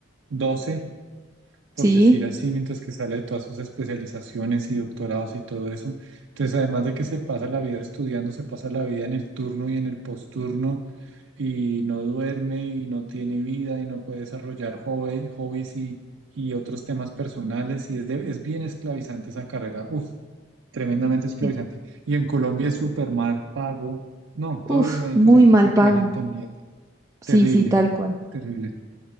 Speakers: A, on the right (about 75°); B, on the right (about 15°).
A: doce. por
B: ¿sí?
A: decir así, mientras que sale de todas sus especializaciones y doctorados y todo eso. Entonces, además de que se pasa la vida estudiando, se pasa la vida en el turno y en el posturno y no duerme y no tiene vida y no puede desarrollar hobby- hobbies y, y otros temas personales y es, de- es bien esclavizante esa carrera. Uf, tremendamente esclavizante.
B: Sí.
A: Y en Colombia es súper mal pago. No,
B: Uf,
A: todos los médicos
B: muy
A: aquí
B: mal
A: se
B: pago.
A: quejan también.
B: Sí,
A: Terrible,
B: sí, tal cual.
A: terrible,